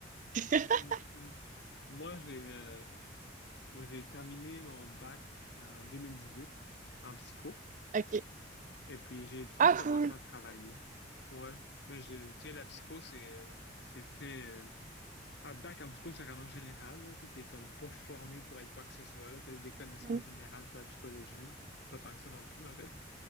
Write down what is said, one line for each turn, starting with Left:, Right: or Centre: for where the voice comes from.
Right: <laughs>
Left: M- m- Moi, j'ai euh, moi, j'ai terminé mon bac en 2018 en psycho.
Right: OK.
Left: Et puis, j'ai tout de
Right: Ah,
Left: suite commencé
Right: cool.
Left: à travailler. Ouais. Mais j'ai, tu sais, la psycho, c'est euh, c'est très, euh, En même temps, quand tu c'est vraiment général, là, tu sais, t'es comme pas formé pour être quoi que ce soit, là, t'as des connaissances
Right: Mm.
Left: générales sur la psychologie, puis pas tant que ça non plus, en fait.